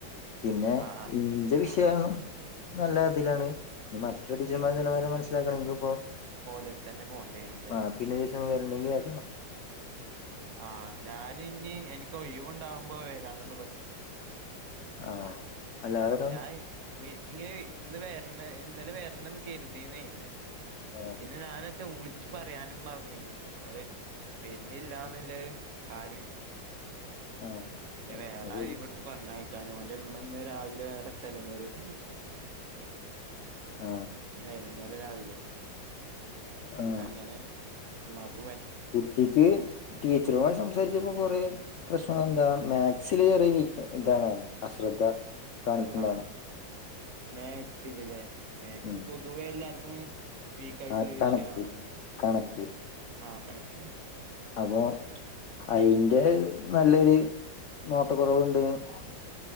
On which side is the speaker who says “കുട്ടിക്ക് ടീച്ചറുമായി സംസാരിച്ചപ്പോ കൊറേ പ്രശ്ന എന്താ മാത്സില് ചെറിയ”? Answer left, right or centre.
Left